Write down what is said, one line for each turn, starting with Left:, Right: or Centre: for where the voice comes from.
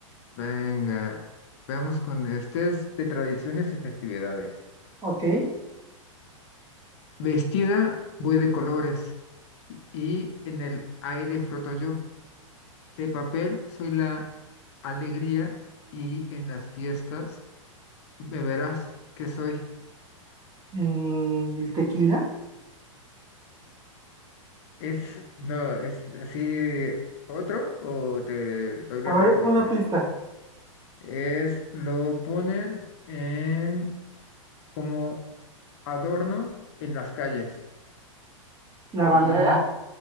Left: venga. Veamos con este es de tradiciones y festividades.
Right: Ok, eh,
Left: Vestida voy de colores y, y en el aire floto yo. De papel soy la alegría y en las fiestas me verás que soy.
Right: el tequila.
Left: Es, no, es así otro o te doy la
Right: A ver,
Left: respuesta.
Right: una pista.
Left: Es, lo ponen en como adorno en las calles
Right: La
Left: y
Right: bandera.